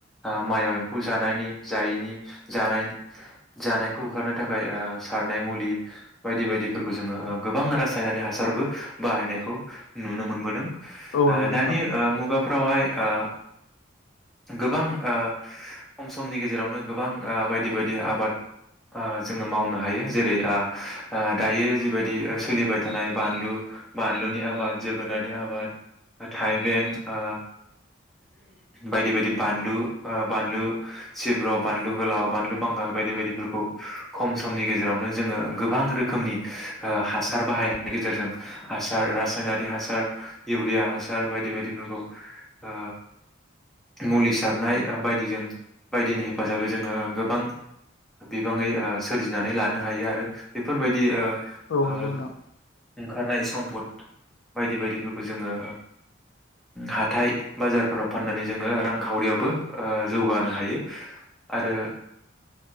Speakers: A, in the centre; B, on the left.
A: ओ माइआव एम्फौ जानायनि जायैनि जानायनि जानायखौ होखारनो थाखाय सारनाय मुलि बायदि बायदिफोरखौ जोङो गोबां रासायनारि हासारबो बाहायनायखौ नुनो मोनबोदों
B: औ नंगौ
A: दानि
B: नोंथां
A: मुगाफ्रावहाय ओ गोबां ओ खम समनि गेजेरावनो ओ गोबां बायदि बायदि आबाद जोङो मावनो हायो जेरै दायो जिबायदि सोलिबाय ओ थानाय बानलु बानलुनि आबाद जोगोनारनि आबाद थाइबें ओ बायदि बायदि बानलु बानलु सिब्र' बानलु गोलाव बानलु बांगाल बायदि बायदिफोरखौ खम समनि गेजेरावनो जोङो गोबां रोखोमनि हासार बाहायनायनि गेजेरजों हासार रासायनारि हासार इउरिया हासार बायदि बायदिफोरखौ ओ मुलि सारनाय बायदिजों बायदिनि हेफाजाबै जोङो गोबां बिबाङै सोरजिनानै लानो हायो आरो बेफोरबायदि ओ
B: औ
A: ओ
B: नंगौ नोंथां
A: ओंखारनाय सम्पद बायदि बायदिफोरखौ जोङो हाथाय बाजारफोराव फाननानै जोङो रांखावरियावबो जौगानो हायो आरो